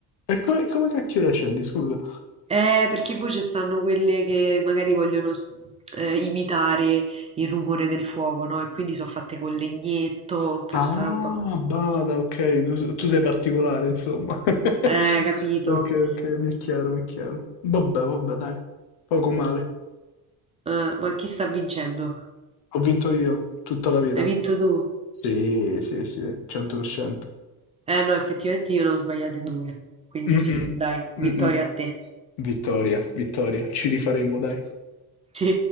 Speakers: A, on the left (about 80°); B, on the right (about 15°).
A: E come e come cacchio lo accendi, scusa?
B: Eh, perché poi ci stanno quelle che magari vogliono s- eh, imitare il rumore del fuoco, no? E quindi sono fatte con legnetto, un po'
A: Ah,
B: sta roba.
A: bada, okay. Tu s tu sei particolare insomma. <laughs>
B: Eh, capito.
A: Okay, okay, mi è chiaro, mi è chiaro. Vabbè, vabbè dai, poco male.
B: Eh, ma chi sta vincendo?
A: Ho vinto io, tutta la vita.
B: Hai vinto tu?
A: Sì, sì, sì, 100%.
B: Eh no, effettivamente io ne ho sbagliate due. Quindi
A: Mh-mh.
B: sì, dai, vittoria
A: Mh-mh.
B: a te.
A: Vittoria, vittoria. Ci rifaremo, dai.
B: <laughs> Sì.